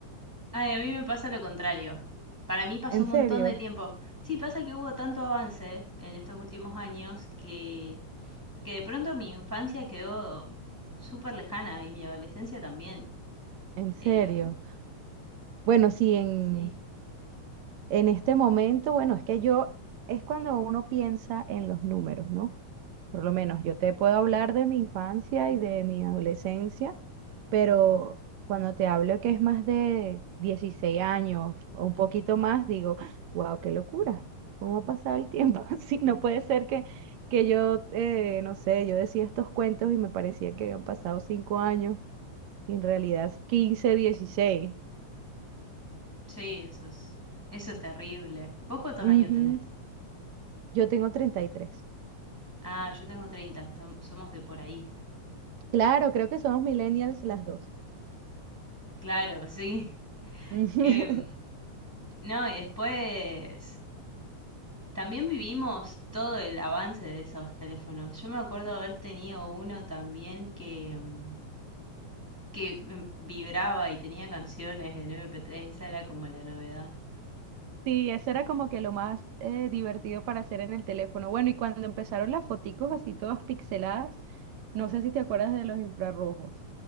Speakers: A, in the centre; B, on the right (about 70°).
A: Ay, a mí me pasa lo contrario. Para mí pasó
B: En
A: un
B: serio,
A: montón de tiempo. Sí, pasa que hubo tanto avance en estos últimos años que, que de pronto mi infancia quedó súper lejana y mi adolescencia también.
B: en serio.
A: Em,
B: Bueno, sí, en,
A: sí,
B: En este momento, bueno, es que yo, es cuando uno piensa en los números, ¿no? Por lo menos yo te puedo hablar de mi infancia y de mi adolescencia, pero cuando te hablo que es más de 16 años o un poquito más, digo, wow, qué locura, ¿cómo ha pasado el tiempo? <laughs> Así no puede ser que, que yo, eh, no sé, yo decía estos cuentos y me parecía que habían pasado 5 años, y en realidad quince dieciséis
A: sí, eso es, eso es terrible. ¿Vos cuántos
B: Ujú.
A: años tenés?
B: Yo tengo treinta y tres
A: Ah, yo tengo treinta tom- somos de por ahí.
B: Claro, creo que somos millennials las dos.
A: Claro, sí.
B: <laughs>
A: Em, no, y después También vivimos todo el avance de esos teléfonos. Yo me acuerdo haber tenido uno también que, mm, que mm, vibraba y tenía canciones en MP3, esa era como la novedad.
B: Sí, eso era como que lo más eh, divertido para hacer en el teléfono. Bueno, y cuando empezaron las foticos así todas pixeladas, no sé si te acuerdas de los infrarrojos.